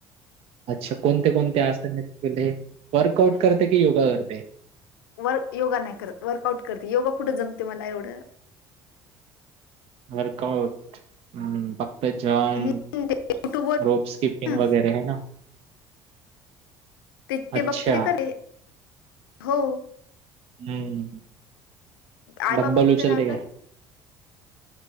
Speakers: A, on the right (about 60°); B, on the left (about 85°).
A: अच्छा कोणते कोणते आसन तू केले? वर्कआउट करते की योगा करते?
B: वर्क योगा नाही करत वर्कआउट करते, योगा कुठं जमते मला एवढं?
A: वर्कआउट हम्म, फक्त जंप
B: हम्म ते युट्यूब वर
A: रोप, स्किपिंग
B: ना
A: वगैरे है ना?
B: ते ते
A: अच्छा
B: बघते ते करते, हो.
A: हम्म.
B: आई
A: डंबेल
B: बाबा कुठे
A: उचलते
B: राहतात
A: काय?